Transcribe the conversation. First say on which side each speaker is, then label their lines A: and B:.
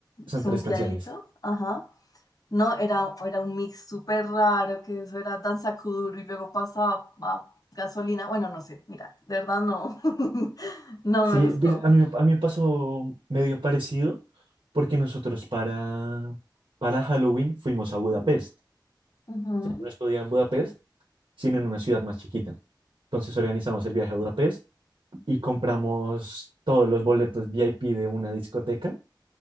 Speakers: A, on the right; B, on the left.
A: son
B: zunqueadito.
A: tres canciones.
B: Ajá. No, era, era un mix súper raro, que eso era danza kuduro y luego pasaba a gasolina. Bueno, no sé, mira, de verdad no, <laughs> no
A: Sí,
B: me gustó.
A: pues, a mí, me- a mí me pasó medio parecido, porque nosotros para, para Halloween fuimos a Budapest.
B: Ujú,
A: Yo no estudiaba en Budapest sino en una ciudad más chiquita. Entonces organizamos el viaje a Budapest y compramos todos los boletos VIP de una discoteca.